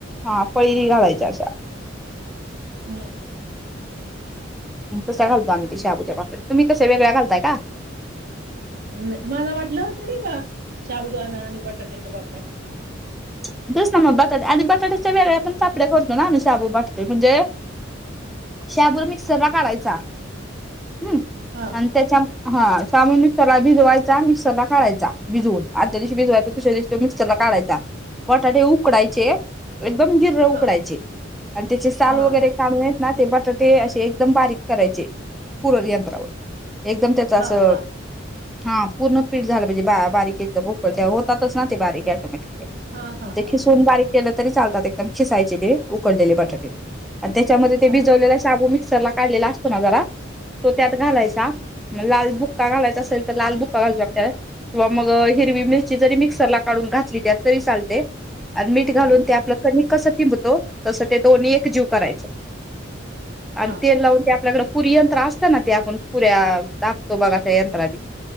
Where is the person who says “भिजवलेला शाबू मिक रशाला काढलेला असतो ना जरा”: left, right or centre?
Centre